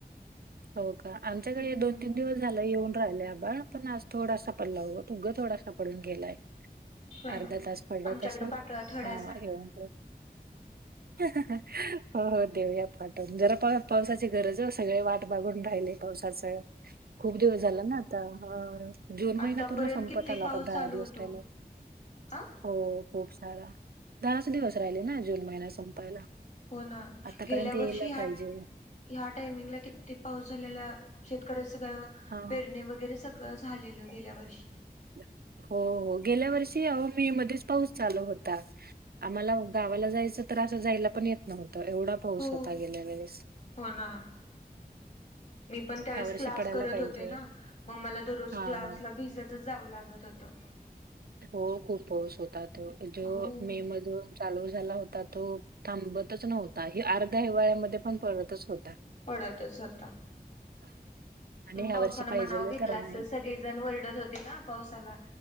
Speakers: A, on the right (about 70°); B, on the left (about 50°).
A: हो का आमच्याकडे
B: हम्म
A: दोन, तीन दिवस झाला येऊन राहिलय आता पण आज थोडासा पडलाय हो उगं थोडासा पडून गेलाय.
B: होय
A: अर्धा
B: ना
A: तास पडलात
B: आमच्याकडे
A: असेल
B: पाठवा थोडासा
A: हा येवुन ह ह ह हो हो देऊयात पाटवुन जरा काय पावसाची गरज आहे सगळे वाट बागून राहिले पावसाचे हो खूप दिवस झाले ना आता. जून महिना
B: आतापर्यंत
A: पूर्ण संपत
B: किती
A: आला
B: पाऊस
A: का दहा
B: चालू
A: दिवस
B: होतो
A: राहिला
B: आ
A: हो. खूप सारा दहाच दिवस राहिले ना जून महिन्यात संपायला.
B: हो ना
A: आतापर्यंत
B: गेल्या
A: यायला
B: वर्षी हा-ह्या
A: पाहिजे
B: टायमिंगला किती पाऊस झालेला शेतकऱ्या सगळं
A: हा
B: पेरणी वगैरे सगळं झालेलं गेल्या वर्षी.
A: <inaudible> हो हो गेल्या वर्षी आहो मे मध्येच पाऊस चालू होता आम्हाला गावाला जायचं असं जायला पण येत नव्हंत तर एवढा पाऊस
B: हो
A: होता गेल्या वेळेस.
B: हो ना मी पण त्यावेेळेस
A: या वर्षी
B: क्लास
A: पडायला
B: करत
A: पाहिजे
B: होते ना मग मला दररोज
A: हा
B: क्लासला
A: हा
B: भिजतच जावं लागत होतं.
A: हो खूपऊस होता त जो
B: हो
A: मे मधून चालू झाला होता तो थांबतच नव्हता. हे अर्ध्या हिवाळ्यामध्ये पण पडतच हो
B: पडतच होता.
A: आणि ह्या
B: पावसानं
A: वर्षी पाहिजेल
B: मणाव घेतलं
A: तर नाही.
B: असल, सगळेजण वरडत होते ना पावसाना.